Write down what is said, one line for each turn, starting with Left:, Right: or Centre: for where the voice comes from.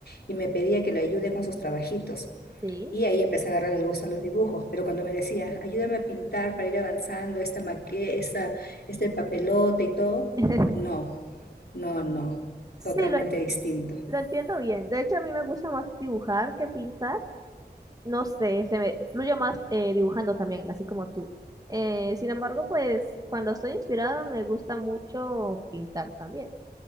Left: y me pedía que le ayude con sus trabajitos.
Right: sí.
Left: Y ahí empecé a agarrar el gusto a los dibujos, pero cuando me decía, ayúdame a pintar para ir avanzando esta maqueta, esta este papelote y todo,
Right: <laughs>
Left: no, no, no,
Right: Sí,
Left: totalmente
Right: lo,
Left: distinto.
Right: lo entiendo bien. De hecho, a mí me gusta más dibujar que pintar. No sé, se me fluyo más eh, dibujando también, así como tú. Eh, sin embargo, pues cuando estoy inspirada me gusta mucho pintar también.